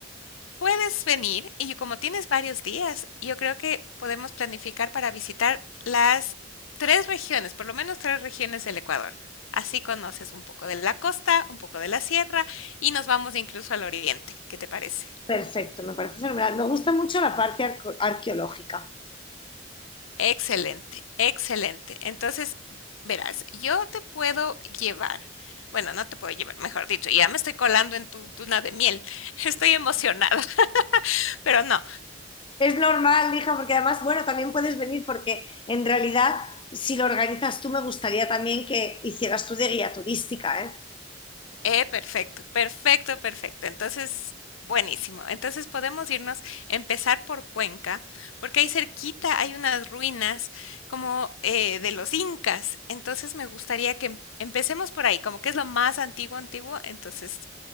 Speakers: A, on the left (about 90°); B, on the left (about 25°).
A: Puedes venir y como tienes varios días, yo creo que podemos planificar para visitar las tres regiones, por lo menos tres regiones del Ecuador. Así conoces un poco de la costa, un poco de la sierra y nos vamos incluso al oriente. ¿Qué te parece?
B: Perfecto, me parece fenomenal. Me gusta mucho la parte arco- arqueológica.
A: Excelente, excelente. Entonces, verás, yo te puedo llevar, bueno, no te puedo llevar, mejor dicho, ya me estoy colando en tu luna de miel. <laughs> Estoy emocionada, <laughs> pero no.
B: Es normal, hija, porque además, bueno, también puedes venir porque en realidad, si lo organizas tú, me gustaría también que hicieras tú de guía turística, ¿eh?
A: Eh, perfecto, perfecto, perfecto. Entonces, buenísimo. Entonces podemos irnos, empezar por Cuenca, porque ahí cerquita hay unas ruinas como eh, de los incas. Entonces me gustaría que em- empecemos por ahí, como que es lo más antiguo, antiguo. Entonces,